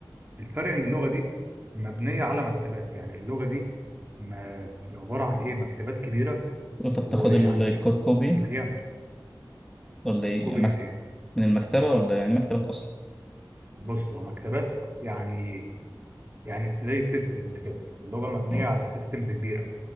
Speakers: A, on the right; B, in the centre.
A: الفرق ان اللغه دي مبنيه على مكتبات يعني اللغه دي ما عباره عن ايه مكتبات كبيره
B: وانت بتاخد
A: ويعني
B: ال- الكود كوبي
A: مليانه
B: ولا ايه
A: كوبي
B: يعني
A: من
B: مكت...
A: ايه
B: من المكتبة ولا يعني مكتبة اصلا
A: بص هو مكتبات يعني يعني زي سيستمز كده اللغه مبنيه
B: اه
A: على سيستمز كبيره